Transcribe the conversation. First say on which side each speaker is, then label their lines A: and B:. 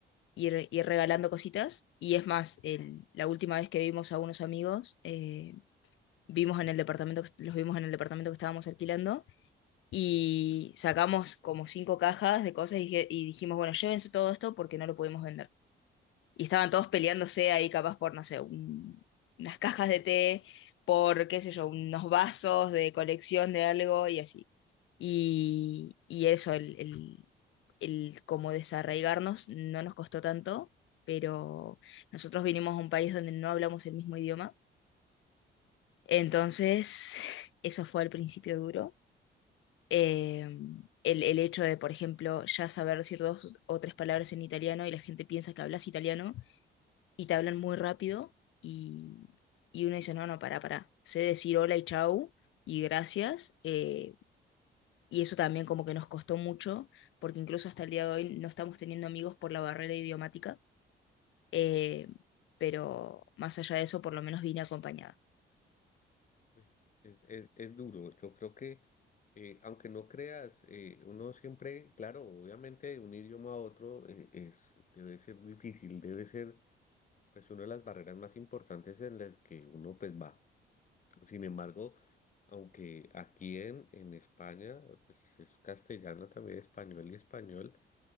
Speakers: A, on the left; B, on the left.
A: Ir, ir regalando cositas. Y es más, el- la última vez que vimos a unos amigos, eh, vimos en el departamento, que- los vimos en el departamento que estábamos alquilando y sacamos como cinco cajas de cosas y, dije- y dijimos, bueno, llévense todo esto porque no lo pudimos vender. Y estaban todos peleándose ahí capaz por, no sé, un- unas cajas
B: <laughs>
A: de té, por, qué sé yo, unos vasos de colección de algo y así. Y, y eso, el, el, el como desarraigarnos no nos costó tanto, pero nosotros vinimos a un país donde no hablamos el mismo idioma. Entonces, <laughs> eso fue al principio duro eh, el, el hecho de, por ejemplo, ya saber decir dos o tres palabras en italiano y la gente piensa que hablas italiano y te hablan muy rápido y, y uno dice, no, no, pará, pará, sé decir hola y chau y gracias. eh, y eso también como que nos costó mucho, porque incluso hasta el día de hoy no estamos teniendo amigos por la barrera idiomática, eh, pero más allá de eso, por lo menos vine acompañada.
B: Pues, Es, es, es duro, yo creo que, eh, aunque no creas, eh, uno siempre, claro, obviamente de un idioma a otro eh, es, debe ser difícil, debe ser pues una de las barreras más importantes en las que uno pues va. Sin embargo, aunque aquí en, en España, pues es castellano también, español y español,